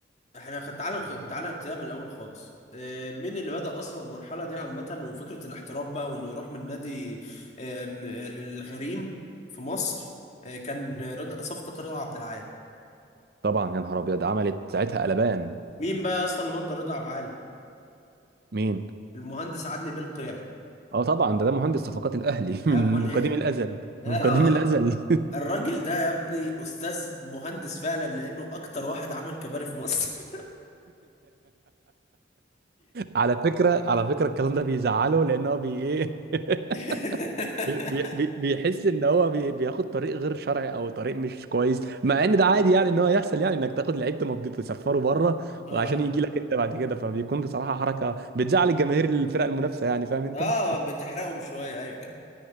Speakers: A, on the left; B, on the right.
A: احنا خ- تعالى نخ- تعالى نبتدي من الاول خالص آه، مين اللي بدأ اصلا المرحله دي عامه وفكره الاحتراف بقى وانه يروح من نادي آم، للغريم في مصر آه، كان رضا صفقه رضا عبد العال
B: طبعا يا نهار ابيض عملت ساعتها قلبان
A: مين بقى اصلا اللي مضى رضا عبد العال
B: مين
A: المهندس عدلي بالقيعي
B: اه طبعا ده ده مهندس صفقات الاهلي <laughs>
A: امال
B: من
A: ايه
B: قديم الازل
A: اه
B: من قديم الازل <laughs>
A: الراجل ده يا ابني استاذ مهندس فعلا لانه اكتر واحد عمل كباري في مصر
B: على فكره على فكره الكلام ده بيزعله لان هو بي ايه <laughs>
A: <laughs>
B: بي بي بي- بيحس ان هو بي بياخد طريق غير شرعي او طريق مش كويس مع ان ده عادي يعني ان هو يحصل يعني انك تاخد لعيب تمضي تسفره بره
A: اه
B: وعشان يجي لك انت بعد كده فبيكون بصراحه حركه بتزعل الجماهير الفرق المنافسه يعني فاهم انت
A: اه بتحرقهم شويه ايوه